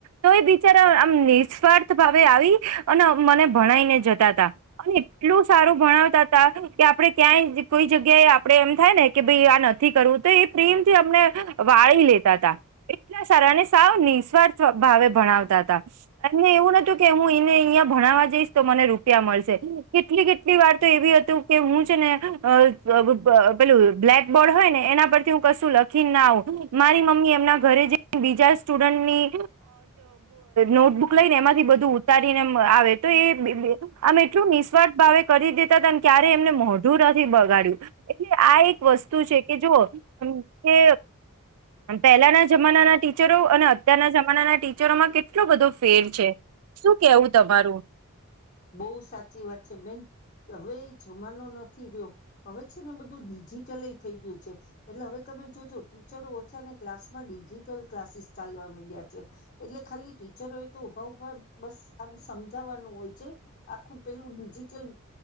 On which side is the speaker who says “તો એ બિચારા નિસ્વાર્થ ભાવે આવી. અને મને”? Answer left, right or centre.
Right